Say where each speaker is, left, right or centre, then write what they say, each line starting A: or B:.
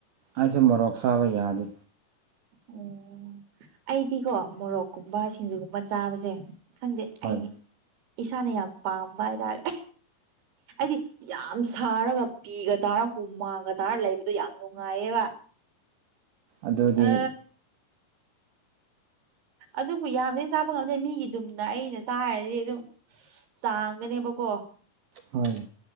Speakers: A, on the right (about 65°); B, on the right (about 80°).
A: ꯑꯩꯁꯦ ꯃꯣꯔꯣꯛ ꯆꯥꯕ ꯌꯥꯗꯦ
B: ꯑꯣ ꯑꯩꯗꯤꯀꯣ ꯃꯣꯔꯣꯛꯀꯨꯝꯕ ꯁꯤꯡꯖꯨꯒꯨꯝꯕ ꯆꯥꯕꯁꯦ ꯈꯪꯗꯦ
A: ꯍꯣꯏ
B: ꯑꯩꯅꯤ ꯏꯁꯥꯅ ꯌꯥꯝ ꯄꯥꯝꯕ ꯍꯥꯏꯇꯥꯔꯦ ꯍꯥꯏꯗꯤ ꯌꯥꯝ ꯁꯥꯔꯒ ꯄꯤꯒ ꯇꯥꯔ ꯍꯨ ꯃꯥꯡꯒ ꯇꯥꯔ ꯂꯩꯕꯗꯣ ꯌꯥꯝ ꯅꯨꯡꯉꯥꯏ ꯑꯕ
A: ꯑꯗꯨꯗꯤ
B: ꯍ ꯑꯗꯨꯕꯨ ꯌꯥꯝꯗꯤ ꯆꯥꯕ ꯉꯝꯗꯦ ꯃꯤꯒꯤꯗꯨꯝꯅ ꯑꯩꯅ ꯆꯥꯔꯗꯤ ꯑꯗꯨꯝ ꯆꯥꯡꯒꯅꯦꯕꯀꯣ
A: ꯍꯣꯏ